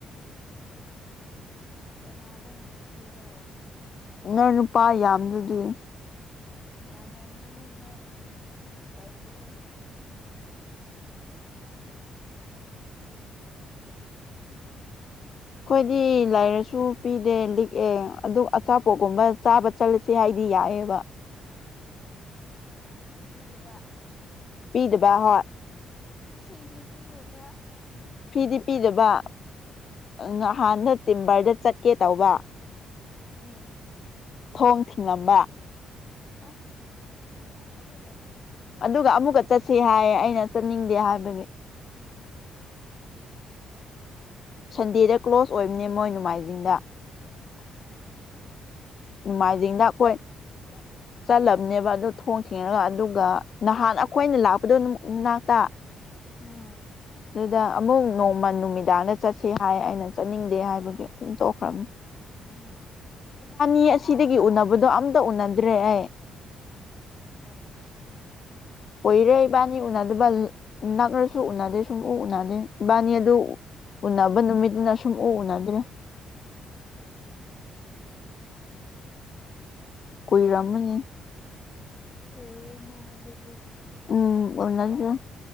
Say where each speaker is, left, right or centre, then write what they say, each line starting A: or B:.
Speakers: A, on the left; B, on the left.
A: ꯀꯅꯥꯗꯅꯤꯁꯤꯔꯣ
B: ꯅꯪ ꯅꯨꯄꯥ ꯌꯥꯝꯗꯨꯗꯤ
A: ꯌꯥꯝꯔꯝꯒꯅꯤ ꯍꯣꯏ ꯂꯩꯕꯗꯣ
B: ꯑꯩꯈꯣꯏꯗꯤ ꯂꯥꯏꯔꯁꯨ ꯄꯤꯗꯦ ꯂꯤꯛꯑꯦ ꯑꯗꯨ ꯑꯆꯥꯄꯣꯠꯀꯨꯝꯕ ꯆꯥꯕ ꯆꯠꯂꯁ ꯍꯥꯏꯗꯤ ꯀ ꯌꯥꯑ
A: ꯑꯣ ꯄꯤꯗꯕ
B: ꯄꯤꯗꯕ ꯍꯣꯏ
A: ꯁꯤ ꯐꯗꯕ꯭ꯔꯥ
B: ꯐꯤꯗꯤ ꯄꯤꯗꯕ ꯅꯍꯥꯟꯅ ꯇꯤꯝꯕꯔꯗ ꯆꯠꯀꯦ ꯇꯧꯕ
A: ꯎꯝ
B: ꯊꯣꯡ ꯊꯤꯡꯉꯝꯕ
A: ꯑꯁ ꯉꯅꯨꯡꯉꯥꯏꯇ ꯍꯦ
B: ꯑꯗꯨꯒ ꯑꯃꯨꯛꯀ ꯆꯠꯁꯤ ꯍꯥꯏꯌꯦ ꯑꯩꯅ ꯆꯠꯅꯤꯡꯗꯦ ꯍꯥꯏꯕꯒꯤ
A: ꯑꯣ ꯑꯣ
B: ꯁꯟꯗꯦꯗ ꯀ꯭ꯂꯣꯁ ꯑꯣꯏꯕꯅꯦ ꯃꯣꯏ ꯅꯣꯡꯃꯥꯏꯖꯤꯡꯗ
A: ꯑꯣ ꯍꯣ
B: ꯅꯣꯡꯃꯥꯏꯖꯤꯡꯅ ꯑꯩꯈꯣꯏ ꯆꯠꯂꯕꯅꯦꯕ ꯑꯗꯨꯗꯣ ꯊꯣꯡ ꯊꯦꯡꯉꯒ ꯑꯗꯨꯒ ꯅꯍꯥꯟ ꯑꯩꯈꯣꯏꯅ ꯂꯥꯛꯄꯗꯣꯅꯥꯛꯇ
A: ꯑ
B: ꯑꯗꯨꯗ ꯑꯃꯨꯛ ꯅꯣꯡꯃ ꯅꯨꯃꯤꯗꯥꯡꯗ ꯆꯠꯁꯤ ꯍꯥꯏ ꯑꯩꯅ ꯆꯠꯅꯤꯡꯗꯦ ꯍꯥꯏꯕꯒꯤ ꯑꯗꯨꯝ ꯇꯣꯛꯈ꯭ꯔꯕꯅꯤ
A: ꯎꯝ ꯎꯝ
B: ꯃꯤ ꯑꯁꯤꯗꯒꯤ ꯎꯅꯕꯗꯣ ꯑꯝꯇ ꯎꯅꯗ꯭ꯔꯦ ꯑꯩ
A: ꯑꯣ
B: ꯀꯏꯔꯦ ꯏꯕꯥꯅꯤ ꯎꯅꯗꯕ ꯅꯛꯅꯁꯨ ꯎꯅꯗꯦ ꯁꯨꯝꯎ ꯎꯅꯗꯦ ꯏꯕꯥꯅꯤ ꯑꯗꯨ ꯎꯅꯕ ꯅꯨꯃꯤꯠꯇꯅ ꯁꯨꯝ ꯎ ꯎꯅꯗ꯭ꯔꯦ
A: <unintelligible>
B: ꯀꯣꯏ ꯔꯃꯅꯤ
A: ꯀꯩꯅ ꯑꯗꯨꯗꯤ
B: ꯎꯝ ꯑꯣꯟꯅ ꯗꯦ